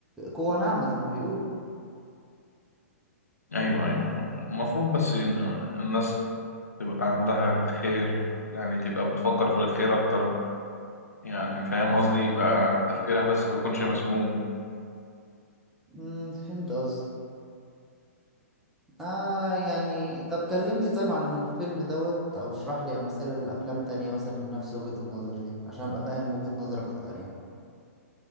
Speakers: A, in the centre; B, on the left.
A: قوة ناعمة زي ما بيقولوا
B: أيوه أيوه المفروض بس إن- الناس تبقى عندها خير يعني تبقى بتفكر في الخير أكتر يعني فاهم قصدي يبقى تفكيرها بس ما يكونش مسموم
A: أمم، فهمت قصدك آه يعني طب كلمني طيب عن الفيلم دوت او اشرح لي امثلة لافلام تانية مثلا لنفس وجهة النظر دي عشان ابقى فاهم وجهة نظرك اكتر يعني